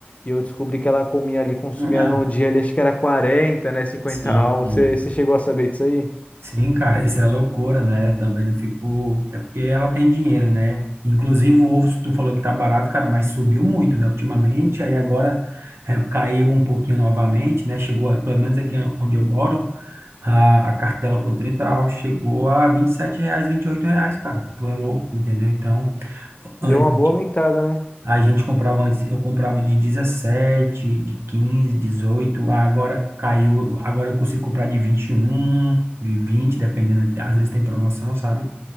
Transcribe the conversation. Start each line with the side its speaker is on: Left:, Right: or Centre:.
Left: e eu descobri que ela comia ali, consumia
Right: Ah,
Left: no dia ali, acho que era 40, né? cinquenta
Right: sim.
Left: ovos. Você, você chegou a saber disso aí?
Right: Sim, cara, isso é loucura, né? Eu também não fico. É porque ela tem dinheiro, né? Inclusive, o ovo, tu falou que tá barato, cara, mas subiu muito, né, ultimamente. Aí agora é, caiu um pouquinho novamente, né? Chegou, a- pelo menos aqui onde eu moro, a, a cartela com 30 ovos chegou a 27 reais, 28 reais, cara. Tu é louco, entendeu? Então,
Left: Deu
Right: antes.
Left: uma boa aumentada, né?
Right: A gente comprava antes, eu comprava de 17 de 15 18 agora caiu, agora eu consigo comprar de 21 de 20 dependendo, às vezes tem promoção, sabe?